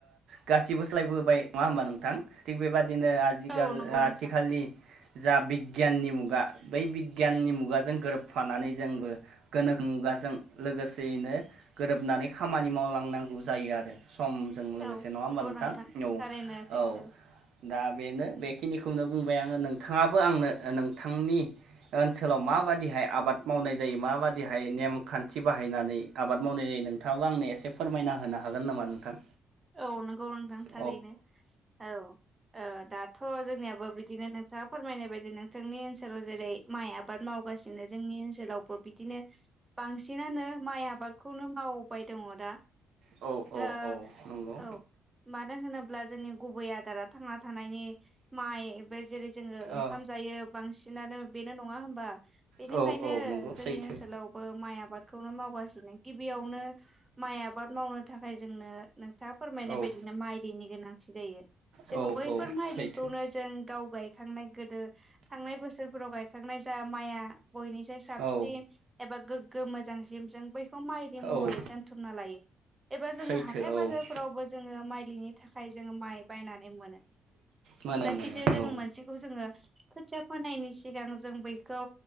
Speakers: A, on the right (about 75°); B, on the right (about 20°).
A: गासिबो सोलायबोबाय नङा होमबा नोंथां थिग बेबा बिदिनो आथिखाल
B: औ नंगौ
A: आथिखालनि
B: नोंथां
A: जा बि गियाननि मुगा बै बिगियाननि मुगाजों गोरोबफानानै जोंबो गोनोखो मुगाजों लोगोसेयैनो गोरोबनानै खामानि मावलांनांगौ जायो आरो समजों लोगोसे
B: औ
A: नङा होमबा
B: नंगौ
A: नोंथां औ
B: थारैनो सैथो
A: औ दा बेनो बेखिनिखौ खौनो बुंबाय आङो नोंथाङाबो आंनो नोंथांनि ओनसोलाव माबादिहाय आबाद मावनाय जायो माबादिहाय नेम खान्थि बाहायनानै आबाद मावनाय दे नोंथाङाबो आंनो एसे फोरमायना होनो हागोन नामा नोंथां
B: औ नंगौ नोंथां
A: औ
B: थारैनो औ अ दाथ' जोंनियाबो बिदिनो नोंथाङा फोरमायनाय बायदि नोंथांनि ओनसोलाव जेरै माइया आबाद मावगासिनो जोंनि ओनसोलावबो बिदिनो बांसिन सिनानो माइ आबादखौनो मावबाय दङ दा
A: औ औ
B: ओ
A: नंगौ
B: औ मानो होनोब्ला जोंनि गुबै आदारा थांना थानायनि माइ बे जेरै जोङो ओंखाम
A: ओ
B: जायो बांसिन बांसिनानो बेनो नङा होमबा बेनिखायनो
A: औ औ नंगौ
B: जोंनि
A: सैथो
B: ओनसोलावबो माइ आबाद खौनो मावगासिनो गिबियावनो माइ आबाद मावनो थाखाय जोंनो नों थाङा फोरमायनाय
A: औ
B: बायदिनो माइलिनि गोनांथि जायो जों
A: औ
B: बैफोर
A: औ
B: माइलिखौनो
A: सैथो
B: जों गाव गाय थांनाय गोदो थांनाय बोसोरफोराव गायखांनाय जा माया बयनिसाय साबसिन
A: औ
B: एबा गोग्गो मोजां जिब जों बैखौ माइलि महरै
A: औ
B: दोनथुमना लायो एबा जोङो
A: सैथो
B: हाथाय बाजारफोरावबो
A: औ
B: जोङो माइलिनि थाखाय जोङो माइ बायनानै मोनो
A: मोनो
B: जायखिजाया
A: मोनो
B: जों मोनसेखौ जों खोथिया फोनायनि सिगां जों बैखौ